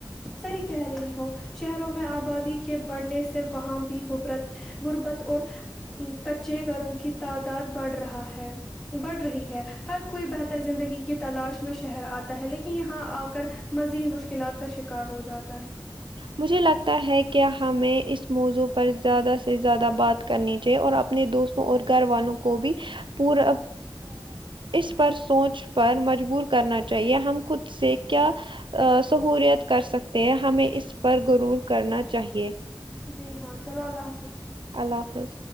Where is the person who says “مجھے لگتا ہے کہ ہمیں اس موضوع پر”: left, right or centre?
Right